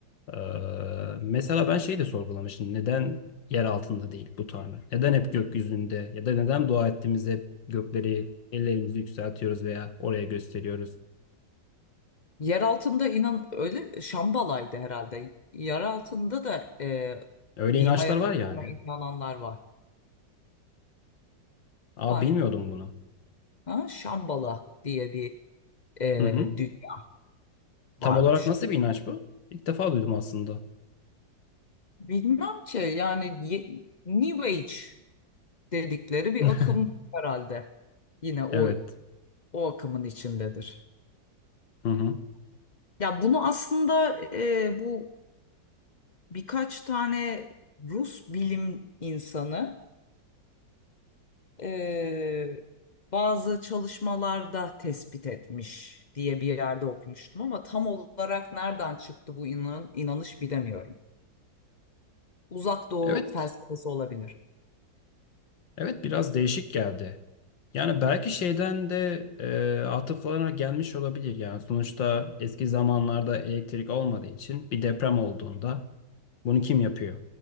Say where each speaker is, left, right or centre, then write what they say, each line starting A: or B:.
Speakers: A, on the left; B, on the left.
A: E, mesela ben şeyi de sorgulamıştım. Neden yer altında değil bu Tanrı? Neden hep gökyüzünde? Ya da neden dua ettiğimizde hep gökleri ellerimizi yükseltiyoruz veya oraya gösteriyoruz?
B: Yer altında inan öyle Şambala'ydı herhalde. Yer altında da e,
A: Öyle
B: bir
A: inançlar
B: hayat
A: var
B: olduğuna
A: yani.
B: inananlar var.
A: Aa
B: Var.
A: bilmiyordum bunu.
B: Ha? Şambala diye bir e,
A: Hı hı.
B: dünya
A: Tam
B: varmış.
A: olarak nasıl bir inanç bu? İlk defa duydum aslında.
B: Bilmem ki yani ye- New Age dedikleri bir
A: <laughs>
B: akım herhalde. Yine o
A: Evet.
B: o akımın içindedir.
A: Hı hı.
B: Ya bunu aslında e, bu birkaç tane Rus bilim insanı e, bazı çalışmalarda tespit etmiş diye bir yerde okumuştum ama tam olarak nereden çıktı bu inan- inanış bilemiyorum. Uzak Doğu
A: Evet.
B: felsefesi olabilir.
A: Evet biraz değişik geldi. Yani belki şeyden de e, atıflarına gelmiş olabilir. Yani sonuçta eski zamanlarda elektrik olmadığı için bir deprem olduğunda bunu kim yapıyor?